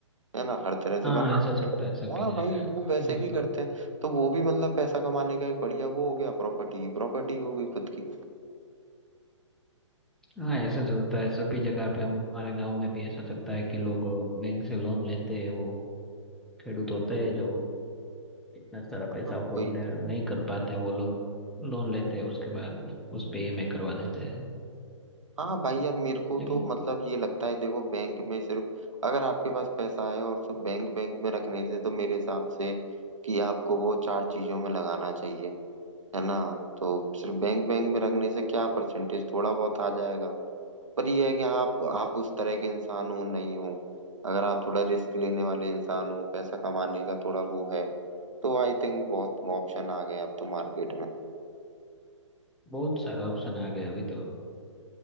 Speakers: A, on the right (about 75°); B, in the centre.
A: है ना हर तरह से
B: हाँ
A: बना
B: ऐसा चलता है सभी
A: हाँ
B: जगह
A: भाई वो वैसे
B: हम्म
A: भी करते हैं तो वो भी मतलब पैसा कमाने का एक बढ़िया वो हो गया प्रॉपर्टी की प्रॉपर्टी हो गई खुद की
B: हाँ ऐसा चलता है सभी जगह पे हमारे गांव में भी ऐसा चलता है कि लोग बैंक से लोन लेते हैं वो खेडूत होते हैं जो इतना सारा पैसा
A: हाँ
B: अफोर्ड
A: वही
B: नहीं
A: है
B: कर पाते वो लोग लोन लेते हैं उसके बाद उस पे ईएमआई करवा देते हैं
A: हाँ भाई यार मेरे को
B: लेकिन
A: तो मतलब ये लगता है देखो बैंक में सिर्फ अगर आपके पास पैसा है और सिर्फ बैंक बैंक में रखने से तो मेरे हिसाब से कि आपको वो चार चीजों में लगाना चाहिए है ना तो सिर्फ बैंक बैंक में रखने से क्या परसेंटेज थोड़ा बहुत आ जाएगा पर ये है कि आप आप उस तरह के इंसान हो नहीं हो अगर आप थोड़ा रिस्क लेने वाले इंसान हो पैसा कमाने का थोड़ा वो है तो आई थिंक बहुत ऑप्शन आ गए अब तो मार्केट में
B: बहुत सारे ऑप्शन आ गए अभी तो